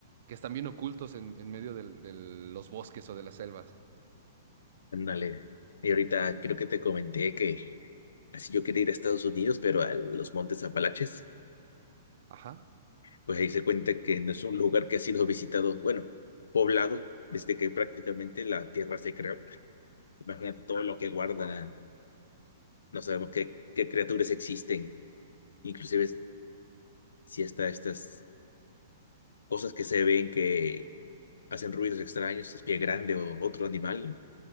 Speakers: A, on the right; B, on the left.
A: que están bien ocultos en, en medio del- de los bosques o de las selvas.
B: Ándale. Y ahorita creo que te comenté que así yo quería ir a Estados Unidos, pero a los Montes Apalaches,
A: Ajá.
B: pues ahí se cuenta que no es un lugar que ha sido visitado, bueno, poblado, desde que prácticamente la tierra se creó. Imagínate todo lo que guarda, no sabemos qué, qué criaturas existen, inclusive si hasta estas cosas que se ven que hacen ruidos extraños, es pie grande o otro animal.